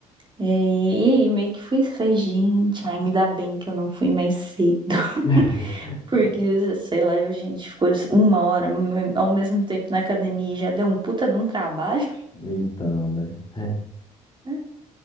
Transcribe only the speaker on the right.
E aí, e aí, meio que foi isso. Falei, gente, ainda bem que eu não fui mais cedo. <laughs>
Porque, sei lá, eu, gente, ficou uma hora ao mesmo tempo na academia e já deu um puta de um trabalho.
né?